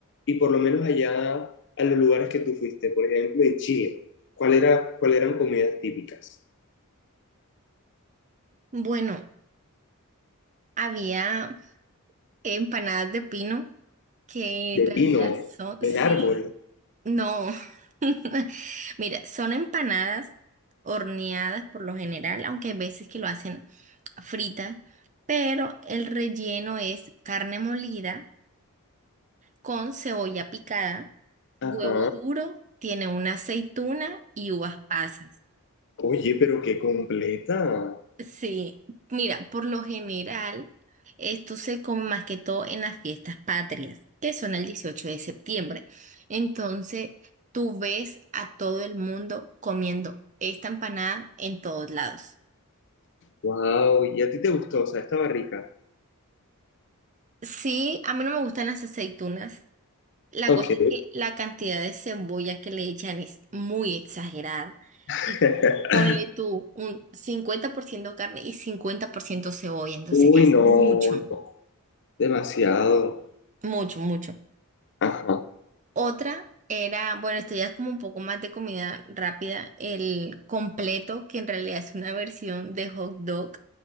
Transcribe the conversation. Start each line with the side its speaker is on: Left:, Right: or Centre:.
Left: Y por lo menos allá a los lugares que tú fuiste, por ejemplo, en Chile, ¿cuál era, cuál eran comidas típicas?
Right: Bueno, había empanadas de pino que
Left: De
Right: en
Left: Eh,
Right: realidad
Left: pino,
Right: son,
Left: el
Right: sí,
Left: árbol.
Right: no. <laughs> Mira, son empanadas horneadas por lo general, aunque hay veces que lo hacen fritas, pero el relleno es carne molida con cebolla picada,
Left: Ajá.
Right: huevo duro, tiene una aceituna y uvas pasas.
Left: Oye, pero qué completa.
Right: Sí, mira, por lo general, esto se come más que todo en las fiestas patrias, que son el 18 de septiembre. Entonces, tú ves a todo el mundo comiendo esta empanada en todos lados.
Left: Wow, ¿y a ti te gustó? O sea, estaba rica.
Right: Sí, a mí no me gustan las aceitunas. La
Left: Ok.
Right: cosa es que la cantidad de cebolla que le echan es muy exagerada.
Left: <laughs>
Right: Y Ponle tú un 50% carne y 50% cebolla, entonces
Left: Uy,
Right: es
Left: no,
Right: mucho.
Left: no, demasiado.
Right: Mucho, mucho.
Left: Ajá,
Right: Otra era, bueno, esto ya es como un poco más de comida rápida, el completo, que en realidad es una versión de hot dog,